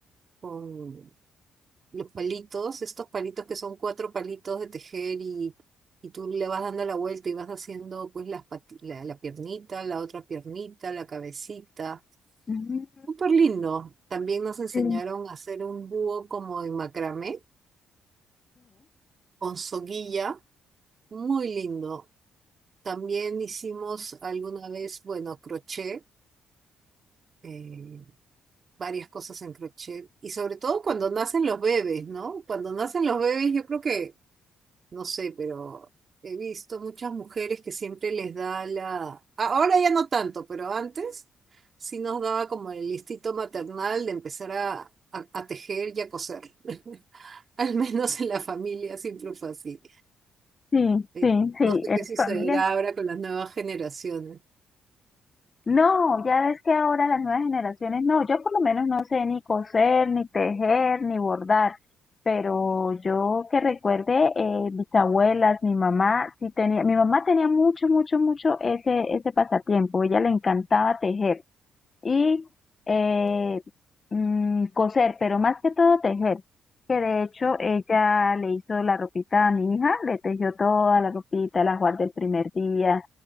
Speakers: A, on the right; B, on the left.
A: con los palitos, estos palitos que son cuatro palitos de tejer y, y tú le vas dando la vuelta y vas haciendo pues las pati- la, la piernita, la otra piernita, la cabecita
B: ujú.
A: Súper lindo. También nos enseñaron
B: Sí,
A: a hacer un búho como en macramé, con soguilla. Muy lindo. También hicimos alguna vez, bueno, crochet, eh, varias cosas en crochet. Y sobre todo cuando nacen los bebés, ¿no? Cuando nacen los bebés, yo creo que no sé, pero he visto muchas mujeres que siempre les da la... Ahora ya no tanto, pero antes sí nos daba como el instinto maternal de empezar a, a- a tejer y a coser. <laughs> Al menos en la familia siempre fue así.
B: sí,
A: Eh,
B: sí, sí, sí,
A: no sé
B: en
A: qué sucederá
B: mi familia.
A: ahora con las nuevas generaciones.
B: No, ya ves que ahora las nuevas generaciones, no, yo por lo menos no sé ni coser, ni tejer, ni bordar, pero yo que recuerde, eh, mis abuelas, mi mamá, sí tenía, mi mamá tenía mucho, mucho, mucho ese, ese pasatiempo, ella le encantaba tejer. y eh, mm, coser, pero más que todo tejer, que de hecho ella le hizo la ropita a mi hija, le tejió toda la ropita, la guardé el primer día,